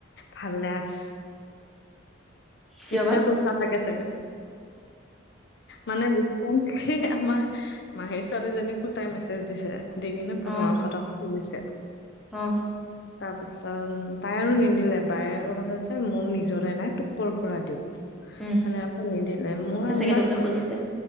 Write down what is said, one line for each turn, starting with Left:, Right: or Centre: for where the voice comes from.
Left: ভালে আছ?
Centre: কিয়
Left: নিশ্চয়
Centre: বা
Left: পইছা লাগে চাগে। মানে ৰিচেন্টলি আমাৰ মাহীৰ ছোৱালী জনীকো তাই মেছেজ দিছে। দি কিনে, পোন্ধৰশ
Centre: অ
Left: টকা খুজিছে!
Centre: অ
Left: তাৰ পাছত, তাই আৰু নিদিলে। তাই আৰু ক'লে যে মোৰ নিজৰে নাই তোক ক'ৰ পৰা দিওঁ।
Centre: উম
Left: সেনেকে নিদিলে, মোৰ আন্দাজ
Centre: চাগে তোকে খুজিছে